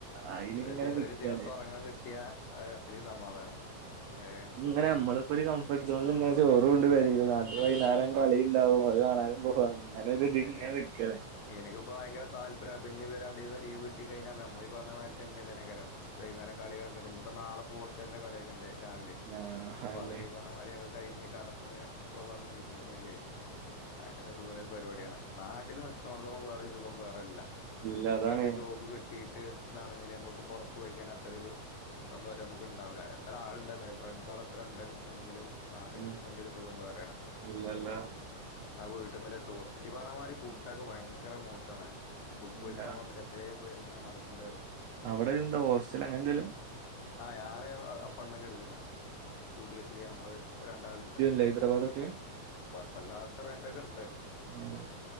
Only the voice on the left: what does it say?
ഒരു
ഒരു ദിവസം ഉറങ്ങാൻ കിട്ടിയാ അഹ് അത്രയും സമാധാനം ഏഹ്
ശരിയാതെ
എനിക്കിപ്പ ഭയങ്കര താല്പര്യംഅപ്പ ഞ് പൊ രണ്ടീസം ലീവ് ട്ടി കഴിഞ്ഞ മമ്മി പറഞ്ഞ മാരതെന്നെ തെനെ ക്കരാം വൈകുന്നേരം കളി കണ്ടിട്ട് ഇഞ്ഞി പ്പൊ നാളെ പോർച്ചുഗൽ കളിയൊക്കെണ്ട് രാവിലെ
അപ്പൊ
അതൊക്കെപ ആമാര്യോകെ കഴിഞ്ഞ് കട <unintelligible> നീച്ചുമ്പത്തനൊക്കെ ഭയങ്കര സുഖല്ല ഒരു പരിപാടിയാണ് നാട്ടിൽ നിൽക്കുന്നടത്തോളം വേറെ സുഖം വേറെല്ല
ഇപ്പ എന്ത ജോബ് കിട്ടിയിട്ട് ഇതാണെന്നിലെ അമ്മഹ് പൊ പുറത്തു പോയ്ക്കാണെ അത്തരരു സന്തോഷം നമുക്ക് ഉണ്ടാവില്ല എത്ര ആളുണ്ട് ഫ്രണ്ട്സുകൾ എത്ര ഉണ്ട്ന്ന്ങ്കിലും നാട്ടിലെ
എത്തെയ്ന്റൊരു സുഖം വേറെയാണ്
ആഹ് വീട്ടിൽന്ന്ലെ ചോറ് <unintelligible> പറഞ്ഞമാരി ഫുഡൊക്കെ ഭയങ്കര മോശണ് ഫുഡ് പോയിസൺ
ഒക്കെ വന്നിട്ട് എത്രയോ പേര് ഇങ്ങനെ നടക്കണ്ട് അറിയോ
ആഹ് ഞാന് അപ്പാർട്ട്മെന്റ് എടുത്തിക്ക ടു ബി എസ് സി നമ്മള് രണ്ടാളുണ്ട്
കുഴപ്പല്ലാത്തെ റെൻ്റെക്കെ ഉണ്ട്